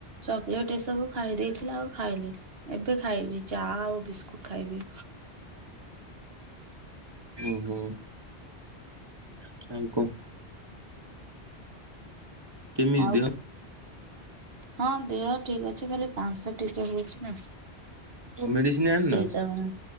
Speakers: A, on the right (about 60°); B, on the right (about 25°).
A: ଚକ୍ଲେଟ୍ ଏସବୁ ଖାଇ ଦେଇଥିଲେ ଆଉ ଖାଇଲିନି। ଏବେ ଖାଇବି ଚା ଆଉ ବିସ୍କୁଟ୍ ଖାଇବି।
B: ଓହୋ। <unintelligible> କେମିତି
A: ଆଉ
B: ଦେହ
A: ହଁ ଦେହ ଠିକ୍ ଅଛି ଖାଲି କାଂଶ ଟିକେ ହେଇଚି ନା।
B: ମେଡିସିନ ଆଣିନ?
A: ସେଇଟା ହୁଁ।